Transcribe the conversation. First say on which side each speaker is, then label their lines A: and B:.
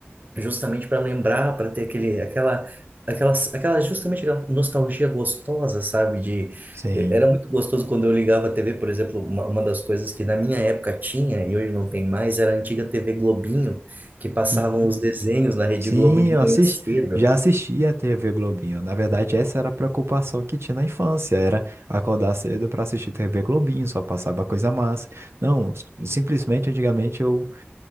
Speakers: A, on the right (about 45°); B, on the right (about 70°).
A: justamente para lembrar, para ter aquele, aquela, aquela, aquela, justamente aquela nostalgia gostosa, sabe? De,
B: Sim.
A: eh, era muito gostoso quando eu ligava a TV, por exemplo, uma, uma das coisas que na minha época tinha, e hoje não tem mais, era a antiga TV Globinho, que passavam
B: Uhum.
A: os desenhos na Rede
B: Sim,
A: Globo de
B: eu
A: manhã
B: assisti,
A: cedo.
B: já assisti a TV Globinho. Na verdade, essa era a preocupação que tinha na infância, era acordar cedo para assistir TV Globinho, só passava coisa massa. Não, s- simplesmente antigamente eu